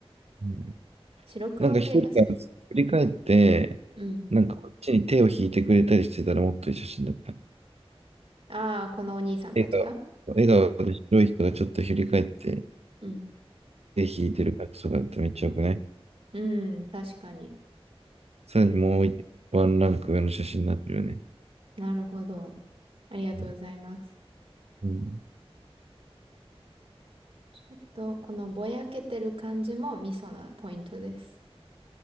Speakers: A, on the right; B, on the right.
A: うん。
B: 白黒系が好き
A: なんか一人が振り返って、
B: うん。
A: なんかこっちに手を引いてくれたりしてたらもっといい写真だった。
B: ああ、このお兄さんたちが
A: 笑顔、笑顔で白い人がちょっと振り返って
B: うん。
A: 手引いてる感じとかだったらめっちゃよくない
B: うん、確かに。
A: さらにもういワンランク上の写真になってるよね。
B: なるほど。ありがとうございます。
A: うん。うん
B: あと、このぼやけてる感じもミソなポイントです。